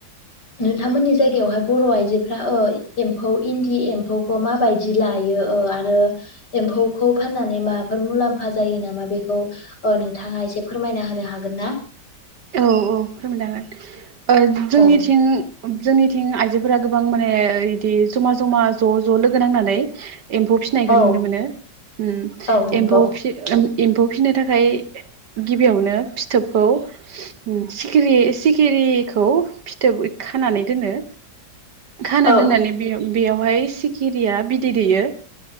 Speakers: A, on the left; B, on the right.
A: नोंथांमोननि जायगायावहाय। बर' आइजोफ्रा ओ एम्फौ इन्दि एम्फौखौ माबायदि लायो ओ आरो एम म्फौखौ फाननानै माफोर मुलाम्फा जायो नामा बेखौ ओ नोंथाङा एसे फोरमायना होनो हागोन ना? <inaudible>
B: औ औ फोरमायनो हागोन ओ जोंनिथिं।
A: औ
B: जोंनिथिं आइजोफोरा गोबां माने इदि जमा जमा ज' ज' लोगो नांनानै। एम्फौ फिसिनायखौ
A: औ
B: नुनो मोनो ओम
A: औ नंगौ
B: एम्फौ फिसि एम्फौ फिसिनो थाखाय गिबियावनो फिथोबखौ। सिखिरि सिखिरिखौ फिथोब खानानै दोनो। खाना
A: औ
B: दोननानै बे बेयावहाय सिखिरिया बिदै दैयो।